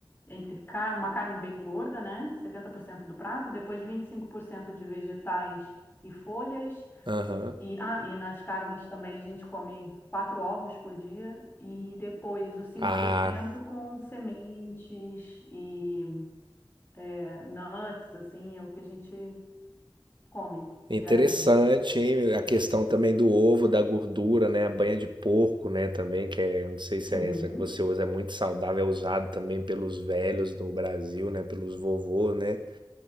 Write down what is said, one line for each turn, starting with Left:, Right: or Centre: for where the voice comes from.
Left: entre car uma carne bem gorda, né? 70% do prato, depois 25% de vegetais e folhas.
Right: aham,
Left: E, ah, e nas carnes também a gente come quatro ovos por dia, e depois os 5%
Right: ah.
Left: com sementes e é, nuts, assim, é o que a gente come
Right: Interessante,
Left: diariamente.
Right: hein? A questão também do ovo, da gordura, né? A banha de porco, né? Também, que é, não sei se
Left: Uhum,
Right: é essa que você usa, é muito saudável, é usado também pelos velhos do Brasil, né? Pelos vovôs, né?